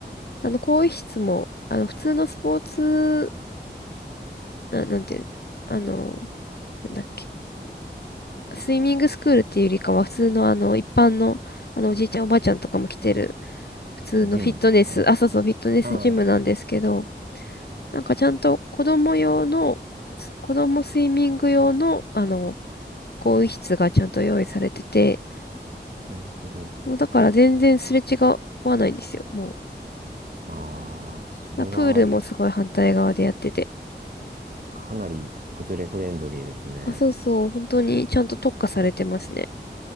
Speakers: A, on the left; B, on the right.
A: あの、更衣室も、あの、普通のスポーツな、なんていうんだ、あの、なんだっけ。スイミングスクールっていうよりかは、普通のあの、一般の、あの、おじいちゃんおばあちゃんとかも来てる、普通のフィットネス、
B: ジムですか
A: あ、そうそう、フィットネスジムなんですけど、
B: ああ、
A: なんかちゃんと子供用の、す子供スイミング用の、あの、更衣室がちゃんと用意されてて、
B: なるほど。
A: そうだから全然すれ違わないんですよ、もう。
B: ああ、それは
A: だプールもすごい反対側でやってて。
B: かなり子連れフレンドリーですね。
A: あ、そうそう、本当にちゃんと特化されてますね。